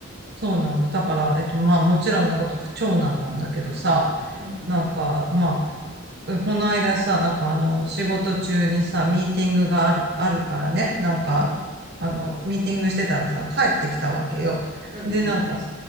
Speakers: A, on the right (about 50°); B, on the right (about 25°).
A: そうなの。だから、えっと、まあもちろんのごとく長男なんだけどさ、
B: うん、
A: なんか、まあうんこの間さ、なんかあの、仕事中にさ、ミーティングがある、あるからね、なんか、
B: うん、
A: あの、ミーティングしてたらさ、帰ってきたわけよ。
B: うん、
A: で、なんかさ、